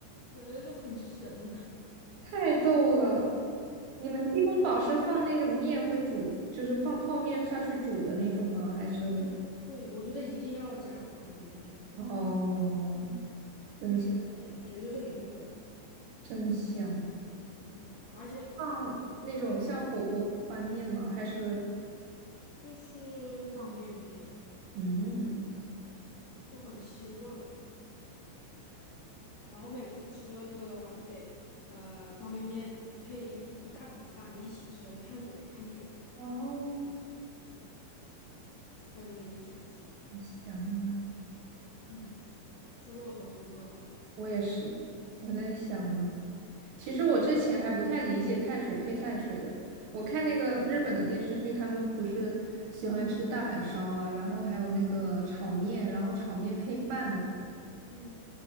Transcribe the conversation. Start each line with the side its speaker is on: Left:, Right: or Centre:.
Left: 对，就很神。
Right: 太逗了！你们鸡公煲是放那种面会煮，就是放泡面下去煮的那种吗？还是
Left: <laughs> 对，对，我觉得一定要加方便面，
Right: 哦，真香。
Left: 必须要加，简直就是灵魂。
Right: 真香啊！
Left: 嗯，而且
Right: 放那种像火锅宽面吗？还是
Left: 就是方便面
Right: 嗯，
Left: 就很吸味儿。然后每次吃了这个的话，就得呃方便面配一一一大口饭，就一起吃下去，碳水配碳水，
Right: 哇哦，
Left: 非常爽。
Right: 很香啊。
Left: 嗯，说的我都饿了。
Right: 我也是，我在想呢。其实我之前还不太理解碳水配碳水的。我看那个日本的电视剧，他们不是喜欢吃大阪烧啊，然后还有那个炒面，然后炒面配饭嘛。
Left: 嗯，